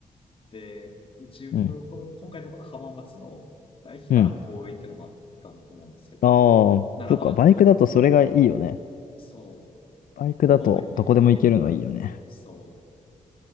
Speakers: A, on the left; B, on the left.
A: で、うちの、
B: うん。
A: この、今回のところ浜松の、駅からも遠いってのもあったと思うんですけど、
B: うん。ああ、
A: 並ばなくて、
B: そっか、バイクだとそれがいいよね。
A: そう、
B: バイクだとどこでも行けるのいいよね。
A: 遠くにね、行けるから、そう、